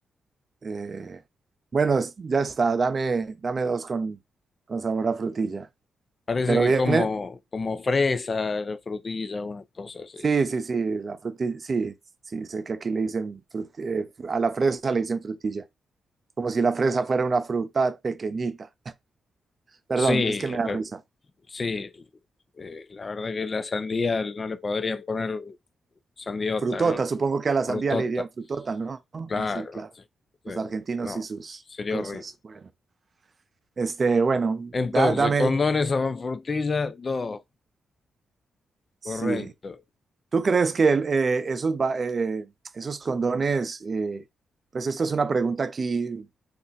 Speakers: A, on the right (about 40°); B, on the left (about 45°).
A: Eh, bueno, ya está, dame, dame dos con, con sabor a frutilla.
B: Parece
A: Pero
B: que
A: viene,
B: como, como fresa, frutilla, una cosa así.
A: sí, sí, sí, la frutilla, sí, sí, sé que aquí le dicen, fruti- eh, a la fresa le dicen frutilla, como si la fresa fuera una fruta pequeñita. Perdón,
B: Sí,
A: es que me da
B: la-
A: risa.
B: sí, eh, la verdad que la sandía no le podrían poner sandiota,
A: Frutota,
B: ¿no?
A: supongo que a la sandía
B: Frutota,
A: le dirían frutota, ¿no? Ah,
B: claro,
A: sí, claro.
B: sí, sí,
A: Los argentinos
B: no,
A: y sus
B: sería
A: cosas.
B: horrible.
A: Bueno, este, bueno,
B: Entonces,
A: da- dame,
B: condones son frutilla, dos,
A: sí.
B: correcto.
A: ¿Tú crees que el, eh, esos, ba- eh, esos condones, eh, pues esto es una pregunta aquí,